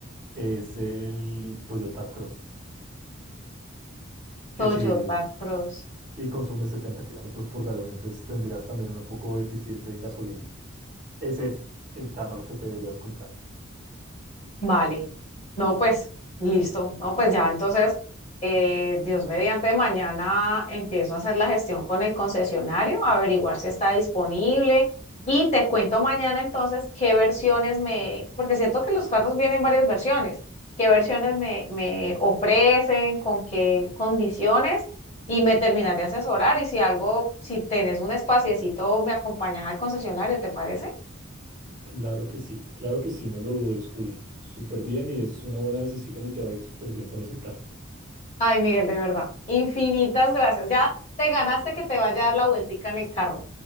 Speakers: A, on the right; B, on the left.
A: es el Toyota Cross, que
B: Toyota
A: es híbrido
B: Cross.
A: y consume 70 kilómetros por galón, entonces tendrías también un poco de eficiencia en gasolina. Ese es el carro que te deberías comprar.
B: Vale. No, pues listo. No, pues ya entonces, eh, Dios mediante, mañana empiezo a hacer la gestión con el concesionario, a averiguar si está disponible y te cuento mañana entonces qué versiones me, porque siento que los carros vienen varias versiones, qué versiones me, me ofrecen, con qué condiciones y me terminas de asesorar y si algo, si tenés un espaciecito, me acompañas al concesionario, ¿te parece?
A: Claro que sí, claro que sí, no lo dudes, Juli. Súper bien y es una buena decisión y te va a ir súper bien con ese carro.
B: Ay, Miguel, de verdad. Infinitas gracias. Ya te ganaste que te vaya a dar la vueltica en el carro.